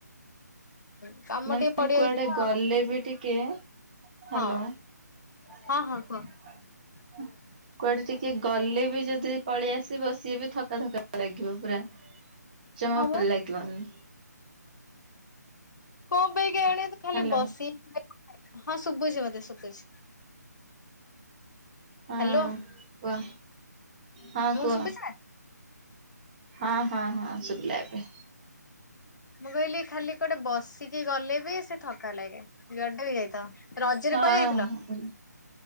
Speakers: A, on the left; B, on the right.
A: ହୁଁ। କାମ
B: ମାନେ
A: ଟିକେ ପଡିଯାଉଛି
B: କୁଆଡେ
A: ତ
B: ଗଲେ ବି ଟିକେ ହ୍ୟାଲୋ।
A: ହଁ
B: <unintelligible>
A: ହଁ ହଁ କୁହ <inaudible>
B: କୁଆଡେ ଟିକେ ଗଲେ ବି ଯଦି ପଳେଇ ଆସିବ। ସିଏ ବି ଥକା ଥକା ଲାଗିବ ପୁରା। ଜମା
A: ହଁ
B: ଭଲ
A: ବା
B: ଲାଗିବନି।
A: କଣ ପାଇଁ କେଇଆଣି ଖାଲି
B: ହ୍ୟାଲୋ
A: ବସି ହଁ ଶୁଭୁଚି ମତେ ଶୁଭୁଚି।
B: ହଁ
A: ହାଲୋ।
B: କୁହ ହଁ କୁହ।
A: ଶୁଭୁଛି?
B: ହଁ ହଁ ହଁ ସୁୁବିଲା ଏବେ।
A: ମୁଁ କହିଲି ଖାଲି କୋଟେ ବସିକି ଗଲେ ବି ସେ ଥକା ଲାଗେ। ଯୁଆଡେ ବି ଯାଇଥାଅ। ରଜରେ
B: ହଁ
A: କୁଆଡେ ଯାଇଥିଲ?